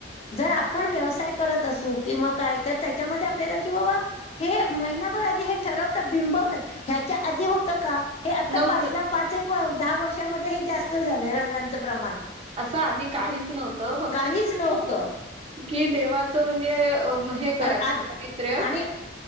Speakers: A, on the left; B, on the right.
A: जर आपण व्यवसाय करत असू किंवा काय तर त्याच्यामध्ये आपल्याला कि बाबा. हे महिनाभर आधी हे ठरवतात बिंबवतात ह्याच्या आधी होत का? हे आता
B: नव्हतं
A: पाचदा पाच एक दहा वर्षामध्ये हे जास्त स्त झालंय रंगांच प्रमाण
B: असं आधी काहीच नव्हतं फक्त
A: काहीच नव्हत
B: कि देवाचं म्हणजे हे करायचं
A: आज
B: पावित्र्य.
A: आणि